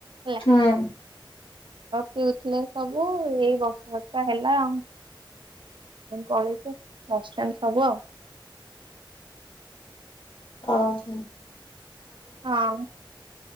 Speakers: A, on the right (about 65°); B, on the left (about 80°).
A: ହେଲା
B: ହୁଁ।
A: ପିଉଥିଲେ। ସବୁ ଏଇ ବର୍ଷ ଟା ହେଲା ଆ ପଳେଇବେ ବ ହବ
B: ଅ ହୋ।
A: ହଁ